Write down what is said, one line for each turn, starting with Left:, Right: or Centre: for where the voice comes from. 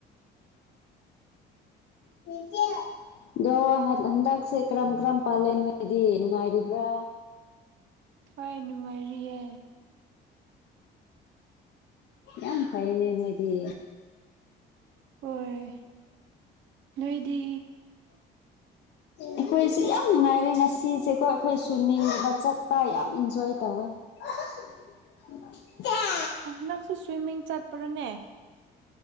Left: ꯇꯦꯜ ꯗꯣ ꯍꯟ ꯍꯟꯗꯛꯁꯦ ꯀꯔꯝ ꯀꯔꯝ ꯄꯥꯜꯂꯦ ꯅꯣꯏꯗꯤ ꯅꯨꯡꯉꯥꯏꯔꯤꯕ꯭ꯔꯥ
Right: ꯍꯣꯏ ꯅꯨꯡꯉꯥꯏꯔꯤꯌꯦ
Left: ꯌꯥꯝ ꯐꯩꯅꯦ ꯅꯣꯏꯗꯤ
Right: ꯍꯣꯏ ꯅꯣꯏꯗꯤ
Left: ꯑꯩꯈꯣꯏꯁꯦ ꯌꯥꯝ ꯅꯨꯡꯉꯥꯏꯔꯦ ꯉꯁꯤꯁꯦꯀꯣ ꯑꯩꯈꯣꯏ ꯁ꯭ꯋꯤꯏꯃꯤꯡꯒꯨꯝꯕ ꯆꯠꯄ ꯌꯥꯝ ꯏꯟꯖꯣꯏ ꯇꯧꯋꯦ
Right: <inaudible>
Left: <unintelligible>
Right: ꯅꯪꯁꯦ ꯁ꯭ꯋꯤꯏꯃꯤꯡ ꯆꯠꯄ꯭ꯔꯥꯅꯦ